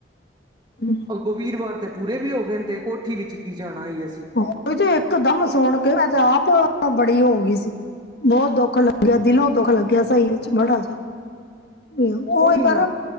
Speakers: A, on the left; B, on the right.
A: ਹਮ
B: ਅੱਗੋਂ ਵੀਰਵਾਰ ਤੇ ਪੂਰੇ ਵੀ ਹੋ ਗਏ, ਤੇ ਕੋਠੀ ਵਿੱਚ ਕੀ ਜਾਣਾ ਹੀ ਅਸੀਂ।
A: ਉਹੀ ਤੇ, ਇੱਕ ਦਮ ਸੁਨ ਕੇ ਮੈਂ ਤੇ ਆਪ ਬੜੀ ਹੋ ਗਈ ਸੀ। ਬਹੁਤ ਦੁੱਖ ਲੱਗਿਆ, ਦਿਲੋਂ ਦੁੱਖ ਲੱਗਿਆ, ਸਹੀ ਵਿੱਚ ਬੜਾ ਜਾਦਾ ਨਿਯਮ, ਉਈ
B: ਉਹੀ
A: ਪਰ।
B: ਨਾ